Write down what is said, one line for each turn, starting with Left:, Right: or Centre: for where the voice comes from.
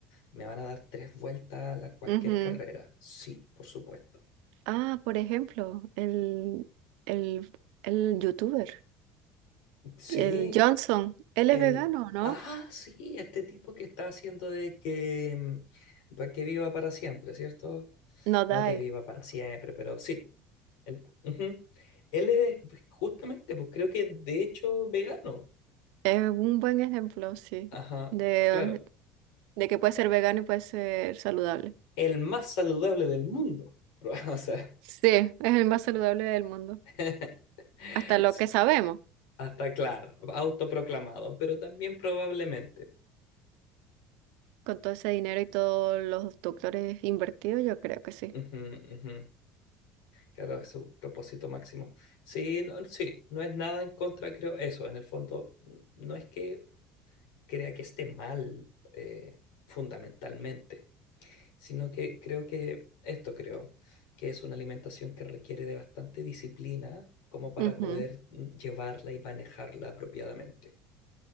Left: me van a dar tres vueltas a la- cualquier
Right: Ujú.
Left: carrera, sí, por supuesto.
Right: Ah, por ejemplo, el, el, el youtuber.
Left: Sí,
Right: El Johnson, él
Left: El,
Right: es vegano, ¿no?
Left: ah, sí, este tipo que está haciendo de que, mm, pa- que viva para siempre, ¿cierto?
Right: No
Left: No
Right: diet.
Left: que viva para siempre, pero sí. Él, ujú. Él es pues, justamente, pues creo que de hecho vegano.
Right: Es un buen ejemplo, sí,
Left: Ajá,
Right: de,
Left: claro.
Right: de que puede ser vegano y puede ser saludable.
Left: El más saludable del mundo. <laughs> O sea,
Right: Sí, es el más saludable del mundo.
Left: <laughs>
Right: Hasta lo
Left: sí,
Right: que sabemos,
Left: hasta claro, autoproclamado, pero también probablemente.
Right: con todo ese dinero y todos los doctores invertidos, yo creo que sí.
Left: Ujú, ujú. Claro, es su propósito máximo. Sí, no, sí, no es nada en contra, creo, eso, en el fondo, n- no es que crea que esté mal eh, fundamentalmente, sino que creo que, esto creo, que es una alimentación que requiere de bastante disciplina como para
Right: Ujú.
Left: poder mm, llevarla y manejarla apropiadamente.